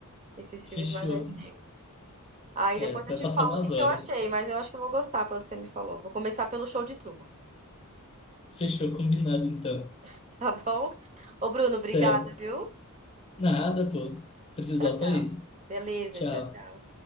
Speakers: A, on the right; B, on the left.
A: Esses
B: Fechou.
A: filmes mais Uhum. antigos. Aí
B: É,
A: depois
B: tu
A: eu
B: vai
A: te
B: passar
A: falo
B: umas
A: o que
B: horas.
A: que eu achei, mas eu acho que eu vou gostar pelo que você me falou. Vou começar pelo Show de Truman,
B: Fechou, combinado então.
A: <laughs> tá bom? Ô, Bruno, obrigada,
B: Até.
A: viu?
B: Nada, pô. Precisar,
A: Tchau,
B: eu tô
A: tchau.
B: aí.
A: Beleza,
B: Tchau.
A: tchau, tchau.